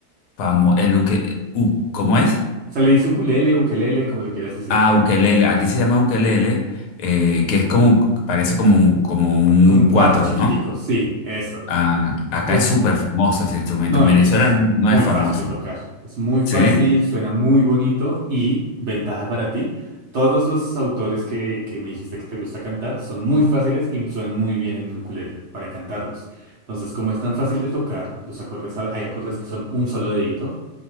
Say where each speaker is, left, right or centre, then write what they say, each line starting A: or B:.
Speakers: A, on the left; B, on the right.
A: famo- el uke- u- ¿cómo es?
B: Se le dice ukulele, ukelele, como le quieras decir.
A: Ah, ukelele. Aquí se llama ukelele, eh, que es como, parece como un, como un
B: Como cuatro
A: cuatro,
B: chiquiticos,
A: ¿no?
B: sí, eso.
A: Ah, acá
B: Es
A: es súper famoso ese instrumento.
B: No,
A: En Venezuela
B: y es
A: no, no
B: muy
A: es famoso,
B: fácil de tocar. Es muy fácil,
A: ¿sí?
B: suena muy bonito y ventaja para ti. Todos los autores que, que me dijiste que te gusta cantar son muy fáciles y suenan muy bien en el ukulele para cantarlos. Entonces, como es tan fácil de tocar, los acordes, a- hay acordes que son un solo dedito,